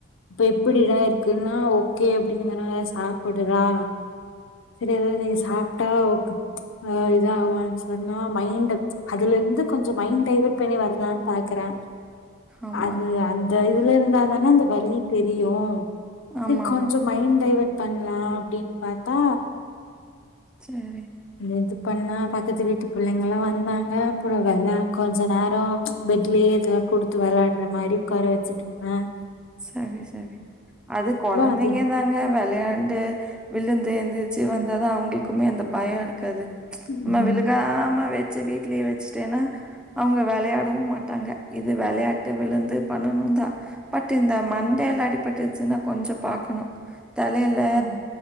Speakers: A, on the left; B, in the centre.
A: இப்ப எப்பிடிடா இருக்குன்னா ஓகே அப்டிங்குறான் சாப்பிடுறா சரி எத சாப்பிட்டா அ இத அவன் சொன்னா மைண்ட் அதுல இருந்து கொஞ்சம் மைண்ட் டைவட் பண்ணி வருதான்னு பாக்குறேன்
B: ஆமா.
A: அது அந் இதுல இருந்தா தானே அந்த வலி தெரியும்.
B: ஆமாமா.
A: ரி கொஞ்ச மைண்ட் டைவர்ட் பண்லாம் அப்டினு பாத்தா
B: சரி
A: இது பண்ணா பக்கத்து வீட்டு பிள்ளைங்கல்லாம் வந்தாங்க அப்புறம் வெளா கொஞ்ச நேரம் பெட்லயே இததுல்லாம் கொடுத்து விளையாடுற மாதிரி உட்கார வச்சுட்டு இருந்தேன்
B: சரி சரி அது கொழந்தைங்க
A: அது
B: தாங்க வெளையாட் ண்டு விழுந்து எழுந்திரிச்சு வந்தாதா அவங்களுக்குமே அந்த பயம் இருக்காது. ச்
A: ம்
B: அம்ம விழுகாம வெட் செரி வீட்லயே வச்சுட்டேன்னா அவுங்க வெளையாடவு மாட்டாங்க இது வெளையாட்டு விழுந்து பண்ணனு தா. பட் இந்த மண்டேல அடிபட்ருச்சுன்னா கொஞ்சோ பாக்கணு. தலையில
A: ம்